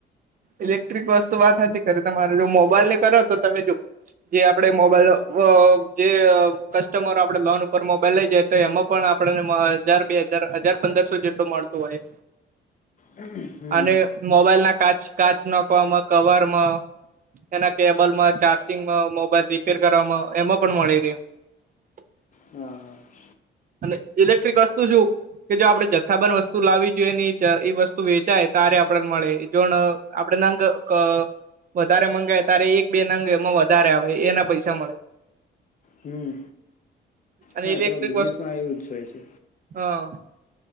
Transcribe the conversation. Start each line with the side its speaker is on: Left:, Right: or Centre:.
Right: ઇલેક્ટ્રિક વસ્તુ વાત હતી ખે તમારે જો મોબાઈલ ને કરો તો તમે જો. જે આપડે મોબાઈલ જે કસ્ટમરો આપડે લોન ઉપર મોબાઈલ લઇ જઈ તો એમાં. પણ આપડે ને મહે હજાર બે હજાર હજાર પંદરસો જેટલો મળતો હોય.
Left: હમ.
Right: અને મોબાઈલ ના કાચ કાચ નાખવામાં કવરમાં એના કેબલ માં ચાર્જિંગમાં મોબાઈલ રિપેર કરવામાં એમાં પણ મળી રે. <inaudible>
Left: હા હા.
Right: અને ઇલેક્ટ્રિક વસ્તુ શું. કે જો આપણેે જથ્થાબંધન વસ્તુ લાવવી જોઈએ ને એ વસ્તુ વેચાય તારે આપડે મળે જો. આપડે <inaudible> તંગ ક વધારે મંગાય ત્યારે એક બે નંગ એમાં વધારે આવે એના પૈસા મળે.
Left: હમ
Right: અને
Left: હા
Right: ઇલેક્ટ્રિક
Left: એ તો બિઝનેસમાં
Right: વસ્તુ
Left: એવું જ હોય છે.
Right: હા.